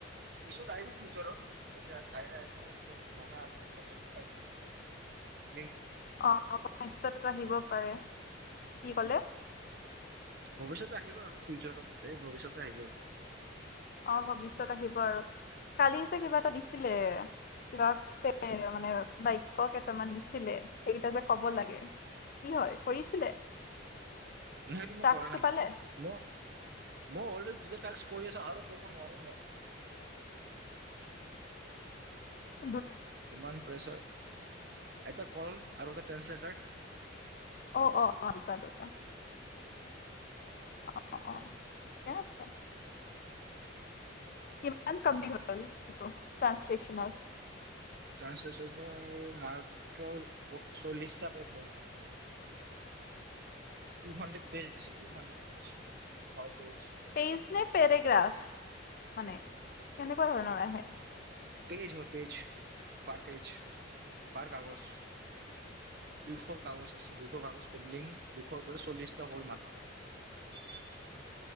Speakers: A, on the right; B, on the left.
A: এইছত আহ ফিউাৰত এতিয়া তাই <unintelligible> ঘম <unintelligible> আ <unintelligible> চাইছ
B: অ অ নিশয় আহিব পাৰে কি কলে
A: ভৱিষ্যতে আহিব আৰু ফিউচাৰত এই ভৱিষ্যতে আহিব আৰু
B: অ ভৱিষ্যয়ত আহিব আৰু কালি যে কিবা এটা দিছিলে কিবা মানে বাক্য় কেইটামান দিছিলে সেইকেইটা যে কব লাগে কি হয় কৰিছিলে
A: ন সেইটো মই
B: টাস্কটো
A: কৰা নাই
B: পালে
A: মই মই অলৰেডি দুটাাক্ কৰি আছো আৰু কৰিব নোৱাৰিম মই
B: আহ
A: ইমান প্ৰেছাৰ এটা কল আৰু এটা ট্ৰানসলেটাৰ
B: অ অ অ দুটা দুটা অ অ ঠিকে আছে কিমান ক্প ট্ৰাসলে্যনৰল
A: ট্ৰানসলেচন মাত্ৰ চল্লিশটা পেজ হয় ু হানণ্ড্ৰেড পে দিছে টু হানণ্ড্ৰেড পছে হয় পেজ
B: পেইজ নে পেৰোগ্ৰাফ মানে কেনেকুৱা ধৰণৰ আহে
A: পেজ হয় পেজ পাৰ পেজ পাৰ কাগজ দুশ কাগজ আছে দুইশ কাগজ পেণ্ডিং দুখ কৈ চল্লিশটা হ'ল মাত্ৰ